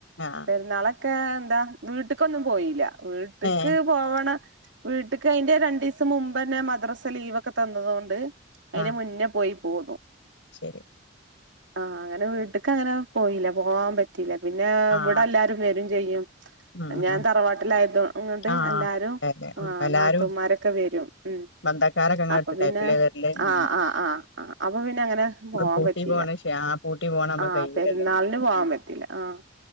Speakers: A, on the left (about 70°); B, on the right (about 70°).
A: ആഹ്
B: പെര്ന്നാളൊക്കെ എന്താ വ്ട്ട്ക്കൊന്നും പോയിലാ വ്ട്ട്ക്ക്
A: ഏഹ്
B: പോവണം വീട്ട്ക്ക് അയ്ന്റെ രണ്ടീസം മുമ്പന്നെ മദ്രസ ലീവ് ഒക്കെ തന്നതൊണ്ട് അയ്നെ
A: ആഹ്
B: മുന്നേ പോയി പോന്നു.
A: ശരി.
B: ആഹ് അങ്ങനെ വീട്ടക്ക് അങ്ങനെ പോയില്ല പോവാൻ പറ്റീല്ലാ പിന്നെ
A: ആഹ്
B: ഇവടെ എല്ലാരും വരും ചെയ്യും.
A: ഉം
B: ഞാൻ
A: ഉം
B: തറവാട്ടിലായത് ങൊണ്ട്
A: ആഹ്
B: എല്ലാരും
A: അതെ അതെ ഉം
B: ആഹ്
A: എല്ലാരും
B: ന്നാത്തൂമാരൊക്കെ വരും ഉം.
A: ബന്ധക്കാരൊക്കെ ഇങ്ങളെ
B: അപ്പൊ
A: അടുത്ത്ക്കായിരിക്കുംല്ലേ
B: പിന്നെ
A: വരല്
B: ആഹ്
A: ഉം
B: ആഹ് ആഹ് ആഹ് അപ്പൊ പിന്നെ അങ്ങനെ
A: സ്കൂള്
B: പോവാം
A: പൂട്ടി
B: പറ്റീലാ
A: പോണ ക്ഷേ ആ പൂട്ടി പോണ നമ്മ
B: ആഹ്
A: കയ്യൂലല്ലോ
B: പെര്ന്നാൾന്
A: അല്ലാതെ
B: പോവാം പറ്റീലാ ആഹ്.